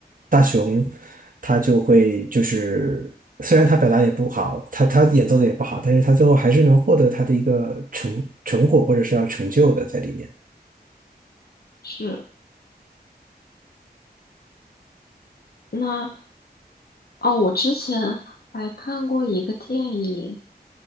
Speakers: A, on the right; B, on the left.
A: 大雄他就会就是虽然他表达也不好，他他演奏的也不好，但是他最后还是能获得他的一个成成果或者是要成就的在里面。
B: 是，那哦，我之前还看过一个电影，